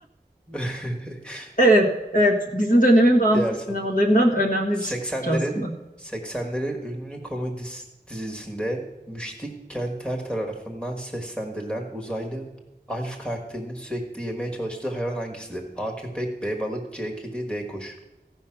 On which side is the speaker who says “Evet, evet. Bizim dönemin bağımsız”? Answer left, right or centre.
Left